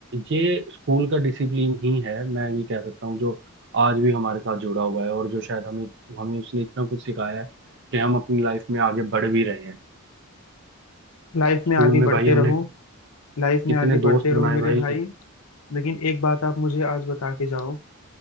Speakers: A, on the right (about 55°); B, on the left (about 80°).
A: ये स्कूल का डिसिप्लिन ही है मैं ये कह सकता हूँ जो आज भी हमारे साथ जुड़ा हुआ है और जो शायद हमें हमें उसने इतना कुछ सिखाया है कि हम अपनी लाइफ में आगे बढ़ भी रहे हैं
B: लाइफ में
A: स्कूल
B: आगे
A: में
B: बढ़ते
A: भाई हमने
B: रहो लाइफ में
A: कितने
B: आगे बढ़ते
A: दोस्त
B: रहो
A: बनाए
B: मेरे
A: भाई
B: भाई लेकिन एक बात आप मुझे आज बता के जाओ